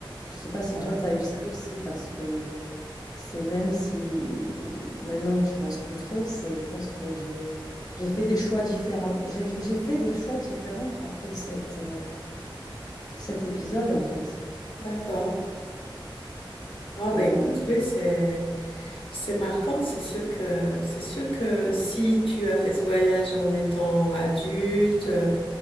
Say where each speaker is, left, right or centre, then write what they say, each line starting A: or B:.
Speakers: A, on the left (about 45°); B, on the left (about 80°).
A: Je sais pas si
B: Ah ouais.
A: toi, t'as eu ça aussi, parce que c'est même si maintenant tu penses plus trop, c'est je pense que j'ai j'ai fait des choix différents. J'ai j'ai fait des choix différents après cette, heu, cet épisode, en fait.
B: D'accord. Ah bah
A: Et
B: écoute,
A: heu
B: oui, c'est c'est marquant. C'est sûr que c'est sûr que si tu as fait ce voyage en étant adulte, euh,